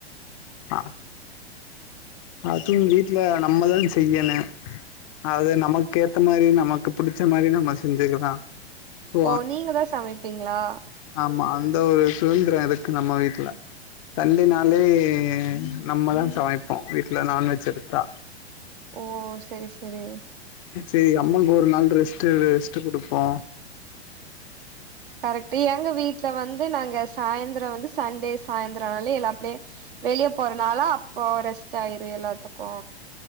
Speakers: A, on the left (about 30°); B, on the right (about 55°).
A: ஆ அது வீட்ல நம்மத செய்யணு அது நமக்கேத்த மாரி நமக்கு புடுச்ச மாரி நம்ம செஞ்சுக்கலா சோ
B: ஓ நீங்க தா சமைப்பீங்ளா?
A: மா அந்த ஒரு சுதந்திர இருக்கு நம்ம வீட்ல சண்டென்னாலே நம்மதா சமைப்போ வீட்ல நான்வெஜ் எடுத்தா
B: ஓ செரி செரி
A: செரி அம்மக்கு ஒரு நாள் ரெஸ்ட்டு ரெஸ்ட்டு குடுப்போ
B: கரெக்ட் டு‌எங்க வீட்ல வந்து நாங்க சாயந்தர வந்து சண்டே சாயந்தர ஆனாலெ எல்லாப்டே வெளிய போறனால அப்போ ரெஸ் டாயிரு எல்லாத்துக்கு